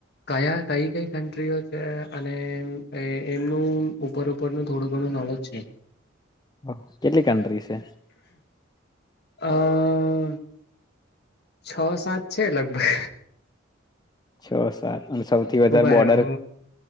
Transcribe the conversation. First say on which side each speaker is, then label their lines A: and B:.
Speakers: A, on the left; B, on the left.
A: કયા કઈ કઈ કન્ટ્રીઓ છે અને એમનું ઉપર નું થોડું ઘણું નોલોજ છે.
B: ઓ કેટલી કન્ટ્રી છે.
A: અ છ સાત છે લગભગ.
B: છ સાત અને સૌથી વધારે
A: ઉભા
B: બોર્ડર
A: રૅવ